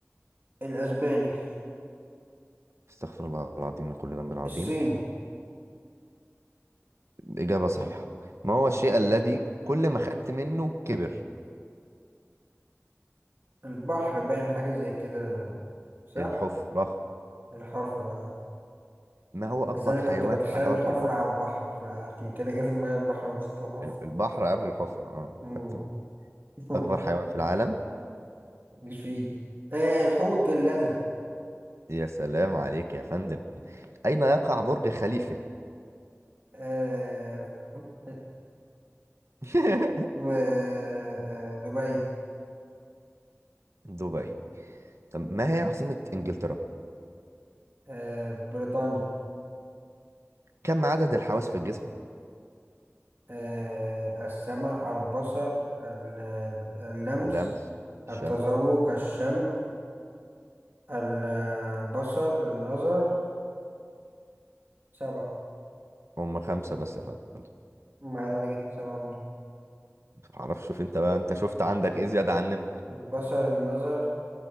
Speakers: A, on the right (about 45°); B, on the right (about 70°).
A: الأسباني
B: استغفر الله العظيم من كل ذنب عظيم
A: الصيني
B: إجابة صحيحة ما هو الشيء الذي كل ما خدت منه كبر
A: البحر باين حاجة زي كده صح
B: الحفرة
A: الحفرة اه
B: ما هو أكبر
A: بس أنا
B: حيوان
A: كنت بتخيل
B: على وجه
A: الحفرة
B: الأرض
A: على البحر فعشان كده جه في دماغي البحر ونسيت الحفرة
B: البحر قبل الحفرة اه
A: مم.
B: خدت بالي.
A: <laughs>
B: أكبر حيوان في العالم
A: مش فيه آه الحوت الأزرق
B: يا سلام عليك يا فندم أين يقع برج خليفة؟
A: آه <laughs>
B: <laughs>
A: و آه دبي
B: دبي طب ما هي عاصمة إنجلترا؟
A: آه بريطانيا
B: كم عدد الحواس في الجسم؟
A: آه السمع البصر ال- اللمس
B: لمس شم
A: التذوق الشم البصر النظر سبعة
B: هم خمسة بس يا فندم
A: ما أنا جبت سبعة منين
B: معرفش شوف انت بقى انت شفت عندك ايه زيادة عننا
A: البصر النظر